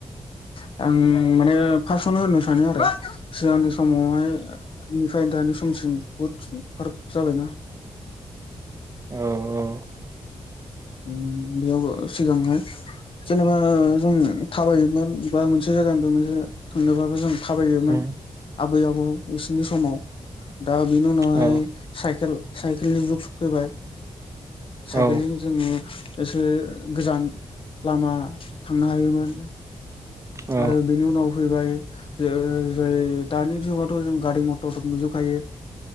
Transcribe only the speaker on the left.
आं आं माने फासावनो होननो सानो <unintelligible> आरो सिगांनि समावहाय ओ ओ इनिफ्राय दानि समसिम बुद सिन फाराक जाबायना
उम बेयावबो सिगांहाय जेनेबा ओ ओ जों थाबायोमोन बा मोनसे जायगानिफ्राय मोनसे थांनोबाबो जों थाबायोमोन
आबै आबौ बिसिनि समाव दा बेनि उनावहाय
साइकेल साइकेलनि जुग सफैबाय साइकेलनि
उम एसे गोजान लामा थांनो हायोमोन।
आरो बेनि उनाव फैबाय जे ओ जै दानि जुगावथ' जों गारि मटर सब नुजोबखायो।